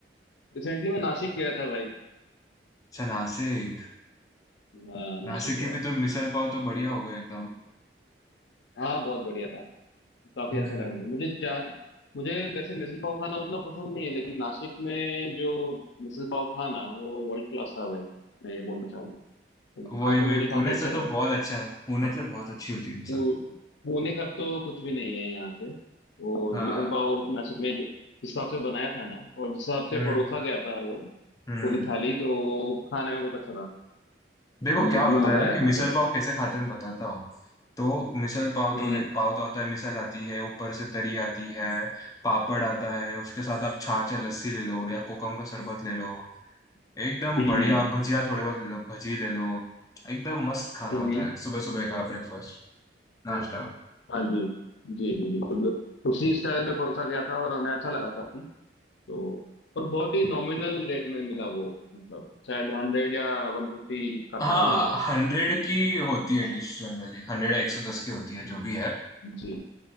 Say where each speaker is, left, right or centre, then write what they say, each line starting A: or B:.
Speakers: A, on the left; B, on the left.
A: रिसेंटली मैं नासिक गया था भाई
B: अच्छा नासिक
A: हाँ, नासिक
B: नासिक
A: गया
B: की भी
A: था
B: तो मिसल पाव तो बढ़िया हो गया एकदम
A: हाँ बहुत बढ़िया था काफी
B: हम्म
A: अच्छा लगा मुझे मुझे जा मुझे वैसे मिसल पाव खाना उतना पसंद नहीं है लेकिन नासिक में जो मिसल पाव था ना वो वर्ल्ड क्लास था भाई मैं ये बोलना चाहूंगा तो
B: वही
A: खा के
B: वही
A: मुझे काफी
B: पुणे
A: अच्छा
B: से
A: लगा
B: तो बहुत अच्छा पुणे से बहुत अच्छी होती है मिसल
A: पू- पुणे का तो कुछ भी नहीं है यहाँ पे वो
B: हाँ
A: विकल पाव नासिक में जिस हिसाब से बनाया था ना और जिस हिसाब से
B: हम्म
A: परोसा गया था वो
B: हम्म
A: पूरी थाली तो खाने में बहुत अच्छा था
B: देखो
A: हमने
B: क्या होता
A: हमें मजा
B: है ना
A: आया
B: कि
A: था
B: मिसल
A: करके
B: पाव कैसे खाते हैं मैं बताता हूँ तो मिसल पाव तो
A: हम्म
B: लाइक पाव तो आता है मिसल आती है ऊपर से तरी आती है पापड़ आता है उसके साथ आप छाछ या लस्सी ले लो या कोकम का शरबत ले लो एकदम
A: हम्म
B: बढ़िया आप भजिया थोड़े बहुत ले लो भजी ले लो एकदम मस्त खाना
A: हम्म,
B: होता
A: हम्म।
B: है सुबह सुबह का ब्रेकफास्ट नाश्ता
A: हाँ जी जी जी बिल्कुल उसी स्टाइल में परोसा गया था और हमें अच्छा लगा काफी तो और बहुत ही नॉमिनल रेट में मिला वो मतलब शायद हंड्रेड या वन फिफ्टी का
B: हाँ
A: थाली होगा वो
B: हंड्रेड की होती है डिश जनरली हंड्रेड या एक सौ दस की होती है जो भी है
A: जी